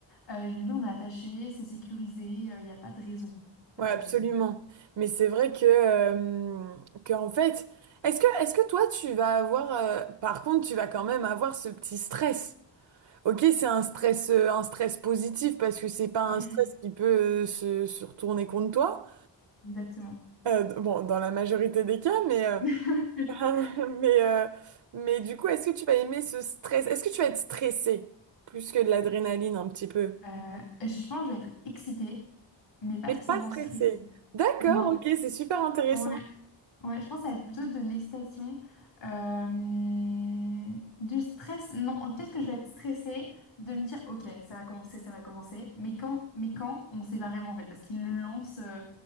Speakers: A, on the left (about 70°); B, on the right (about 65°).
A: Euh, je me dis on est attaché, c'est sécurisé, il n'y a pas de raison, il
B: Ouais,
A: n'y a
B: absolument.
A: pas de raison.
B: Mais c'est vrai que, euh, que en fait, est-ce que, est-ce que toi, tu vas avoir, euh, par contre, tu vas quand même avoir ce petit stress. Ok, c'est un stress, euh, un stress positif parce que c'est pas
A: <laughs>
B: un
A: Mm,
B: stress
A: mm,
B: qui peut euh, se, se retourner contre toi.
A: Exactement.
B: Euh, bon, dans la majorité des cas, mais, euh,
A: <laughs>
B: <laughs> mais, euh, mais du coup, est-ce que tu vas aimer ce stress? Est-ce que tu vas être stressé plus que de l'adrénaline un petit peu?
A: Euh, je pense que je vais être excitée, mais pas
B: Et
A: spécialement
B: pas stressé.
A: stressée.
B: D'accord,
A: Non.
B: ok, c'est super intéressant.
A: Ouais. Ouais, je pense que ça va être plutôt de l'excitation, euh, du stress. Non, peut-être que je vais être stressée de me dire, ok, ça va commencer, ça va commencer. Mais quand, mais quand, on sait pas vraiment en fait, parce qu'il le lance euh,